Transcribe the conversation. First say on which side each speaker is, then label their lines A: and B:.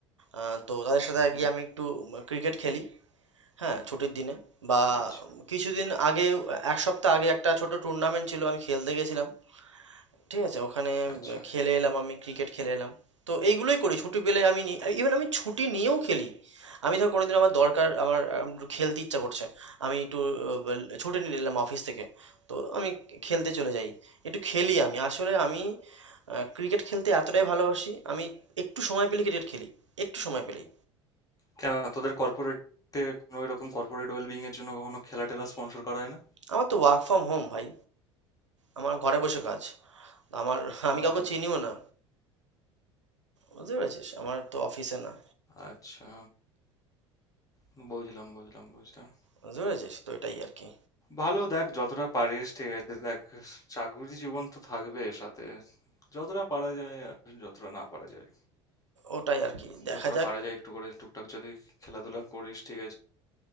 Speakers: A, on the right; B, on the left.
A: আহ, তো তাদের সাথে
B: হুম
A: গিয়ে আমি একটু ক্রিকেট খেলি হ্যাঁ ছুটির দিনে বা
B: আচ্ছা
A: কিছুদিন আগে এক সপ্তাহ আগে একটা ছোট টুর্নামেন্ট ছিল আমি খেলতে গেছিলাম ঠিক আছে ওখানে উম,
B: আচ্ছা
A: খেলে এলাম আমি ক্রিকেট খেলে এলাম তো এইগুলোই করি ছুটি পেলে আমি ইভেন আমি ছুটি নিয়েও খেলি আমি ধর কোনোদিন আমার দরকার আমার আহ, একটু খেলতে ইচ্ছা করছে আমি একটু আহ, বল- ছুটি নিয়ে নিলাম অফিস থেকে তো আমি খেলতে চলে যাই একটু খেলি আমি আসলে আমি ক্রিকেট খেলতে এতটাই ভালোবাসি আমি একটু সময় পেলে ক্রিকেট খেলি একটু সময় পেলেই
B: কেন তোদের কর্পোরেটে কোনো এরকম কর্পোরেট ওয়েলবিং এর জন্য কখনো খেলা টেলা স্পন্সর করা হয় না
A: আমার তো ওয়ার্ক ফ্রম হোম ভাই আমার ঘরে বসে কাজ আমার
B: আর
A: আমি কাউকে চিনিও না বুঝতে পেরেছিস আমার তো অফিসে না
B: আচ্ছা উম, বুঝলাম বুঝলাম বুঝলাম
A: বুঝতে পেরেছিস তো এটাই আর কি
B: ভালো দেখ যতটা পারিস ঠিক আছে দেখ চাকুরি জীবন তো থাকবে সাথে যতটা পারা যায় আর যতটা না পারা যায়
A: ওটাই আর কি দেখা
B: যতটা
A: যাক
B: পারা যায় একটু করে টুকটাক যদি খেলাধুলা করিস ঠিক আছে